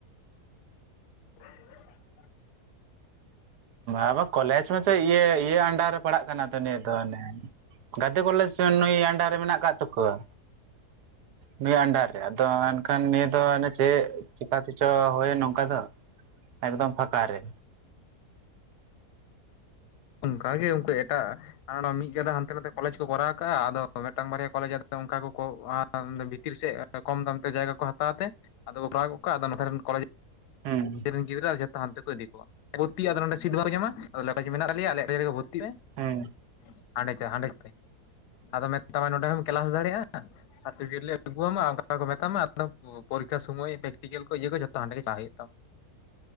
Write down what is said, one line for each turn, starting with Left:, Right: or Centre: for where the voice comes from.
Left: <inaudible>
Right: ᱟᱵᱚ ᱠᱚᱞᱮᱡᱽ ᱢᱟᱪᱚ ᱤᱭᱟᱹ ᱤᱭᱟᱹ ᱟᱱᱰᱟᱨ ᱨᱮ ᱯᱟᱲᱟᱜ ᱠᱟᱱᱟ ᱛᱚ ᱱᱤᱭᱟᱹ ᱫᱚ ᱚᱱᱮ ᱜᱟᱛᱮ ᱠᱚᱞᱮᱡᱽ ᱱᱩᱭ ᱟᱱᱰᱟᱨ ᱨᱮ ᱢᱮᱱᱟᱜ ᱟᱠᱟᱫ ᱛᱟᱠᱚᱣᱟ ᱱᱩᱭ ᱟᱱᱰᱟᱨ ᱨᱮ ᱟᱫᱚ ᱮᱠᱷᱟᱱ ᱱᱤᱭᱟᱹ ᱫᱚ ᱚᱱᱮ ᱪᱮᱫᱴᱜ ᱪᱮᱠᱟᱛᱮᱪᱚ ᱦᱳᱭᱟ ᱱᱚᱝᱠᱟ ᱫᱚ ᱮᱠᱫᱚᱢ ᱯᱷᱟᱠᱟ ᱨᱮ᱾
Left: ᱚᱱᱠᱟᱜᱮ ᱩᱱᱠᱩ ᱮᱴᱟᱜ ᱟᱨ ᱢᱤᱫ ᱜᱟᱫᱟ ᱦᱟᱱᱛᱮ ᱱᱟᱛᱮ ᱠᱚᱞᱮᱡᱽ ᱠᱚ ᱠᱚᱨᱟᱣ ᱠᱟᱜᱼᱟ ᱟᱫᱚ ᱢᱤᱫᱴᱟᱝ ᱵᱟᱨᱭᱟ ᱠᱚᱞᱮᱡ ᱟᱫᱚ ᱚᱱᱠᱟ ᱠᱚ ᱵᱷᱤᱛᱤᱨ ᱥᱮᱫ ᱠᱚᱢ ᱫᱟᱢ ᱛᱮ ᱡᱟᱭᱜᱟ ᱠᱚ ᱦᱟᱛᱟᱣ ᱛᱮ ᱟᱫᱚ ᱠᱚ ᱠᱚᱨᱟᱣ ᱠᱚᱜ ᱠᱚᱣᱟ ᱟᱫᱚ ᱱᱚᱛᱮ ᱨᱮᱱ ᱠᱚᱞᱮᱡᱽ
Right: ᱦᱩᱸ
Left: ᱨᱮᱱ ᱜᱤᱫᱽᱨ ᱟᱨ ᱡᱚᱛᱚ ᱦᱟᱱᱛᱮ ᱠᱚ ᱤᱫᱤ ᱠᱚᱣᱟ ᱵᱷᱚᱨᱛᱤᱜ ᱟᱫᱚ ᱱᱚ ᱥᱤᱴ ᱵᱟᱠᱚ ᱧᱟᱢᱟ ᱟ ᱞᱮᱠᱟ ᱢᱮᱱᱟᱜ ᱞᱮᱭᱟ ᱟᱞᱮᱭᱟᱜ ᱨᱮᱜᱮ ᱵᱷᱚᱨᱛᱤ᱾ ᱵᱷᱚᱨᱛᱤ ᱯᱮ
Right: ᱦᱩᱸ
Left: ᱦᱟᱸᱰᱮ ᱪᱚ ᱦᱟᱸ ᱰᱮ ᱯᱮᱨᱤ ᱟᱫᱚ ᱢᱮᱛᱟᱢᱟ ᱱᱚᱸᱰᱮ ᱦᱚᱸᱢ ᱠᱮᱞᱟᱥ ᱫᱟᱲᱮᱭᱟᱜᱼᱟ᱾ ᱥᱟᱨᱯᱷᱤᱠᱮᱴ ᱞᱮ ᱟᱜᱩ ᱟᱢᱟ ᱚᱱᱠᱟ ᱠᱚ ᱢᱮᱛᱟᱢᱟ ᱟᱫᱚ ᱯᱚᱨᱤᱠᱠᱷᱟ ᱥᱚᱢᱚᱭ ᱯᱮᱠᱴᱤᱠᱮᱞ ᱠᱚ ᱤᱭᱟᱹ ᱠᱚ ᱡᱚᱛᱚ ᱦᱟᱸᱰᱮ ᱜᱮ ᱯᱟᱦ ᱦᱩᱭᱩᱜ ᱛᱟᱢ᱾